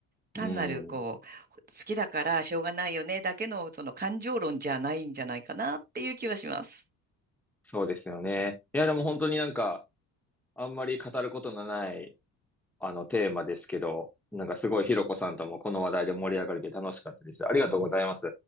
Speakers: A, on the right; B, in the centre.
A: 単なるこう、
B: うん、
A: 好きだからしょうがないよねだけのその感情論じゃないんじゃないかなっていう気はします。
B: そうですよね。いや、でも本当になんか、あんまり語ることのない、あの、テーマですけど、なんかすごいひろこさんともこの話題で盛り上がれて楽しかったです。ありがとうございます。